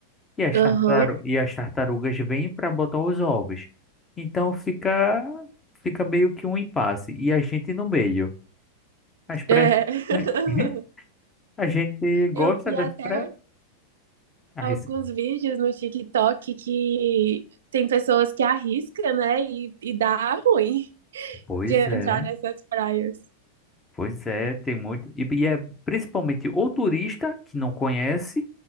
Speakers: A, on the left; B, on the right.
A: e as,
B: Aham.
A: tartaru e as tartarugas vêm para botar os ovos. Então fica fica meio que um impasse e a gente no meio. As pré
B: É. <laughs>
A: <laughs> a gente gosta
B: Eu vi
A: das
B: até
A: pré as-
B: alguns vídeos no TikTok que tem pessoas que arriscam né? E, e dá ruim
A: Pois
B: de entrar
A: é,
B: nessas praias.
A: pois é, tem muito e, e é principalmente o turista que não conhece